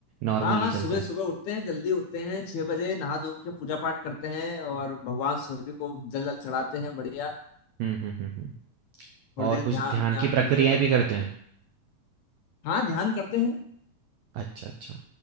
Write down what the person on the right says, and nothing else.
नॉर्मली
चलता है
हम्म हम्म हम्म हम्म।
और
कुछ
ध्यान
की
प्रक्रियाएं
भी करते हैं
अच्छा अच्छा